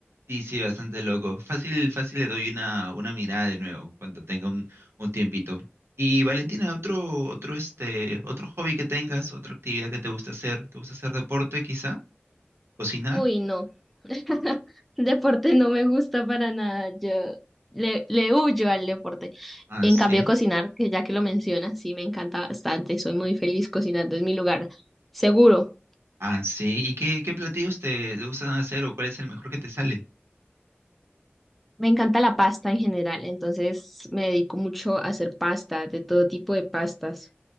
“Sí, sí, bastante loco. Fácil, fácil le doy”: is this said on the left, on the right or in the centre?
Right